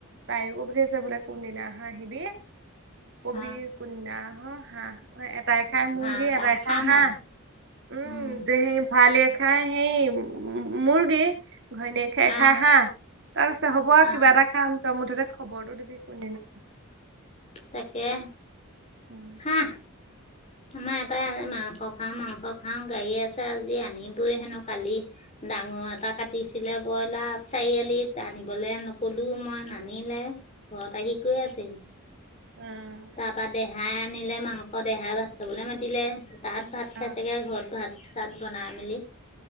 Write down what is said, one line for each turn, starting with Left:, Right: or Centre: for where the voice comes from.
Right: তাইও কৈ পঠিয়াইছে বোলে কোনদিনা আহা আহিবি কবি
Left: অ
Right: কোনদিনা আহ হাঁহ এটাই খাই মোৰ
Left: হাঁহ
Right: হেই
Left: পা
Right: এটাই
Left: খাম
Right: খাই হাঁহ
Left: আৰু
Right: উ
Left: উম
Right: হেই ভৱালীয়ে খাই সেই মুৰ্গী ঘৈণীয়েক খ
Left: অ
Right: খাই হাঁহ তাৰপিছত হ'ব আৰু
Left: অ
Right: কিবা এটা কাম তই মুঠতে খবৰটো দিবি কোন দিনা
Left: তাকে
Right: উম
Left: উহ, আমাৰ এটাই
Right: তাকে
Left: মাংস খাওঁ -মাংস খাওঁ গাইয়ে আছে আজি আনিবই হেনো কালি। ডাঙৰ এটা কাটিছিলে বইলাৰ চাৰিআলিত আনিবলে নকলো মই নানিলে। ঘৰত আহি কৈ আছেহি।
Right: উম,
Left: তাৰপা দেহাই আনিলে মাংস দেহাই ভাত খাবলে মাতিলে। তাত ভাত
Right: অ অ
Left: খাই চাগে ঘৰত ভাত চাত বনাই মেলি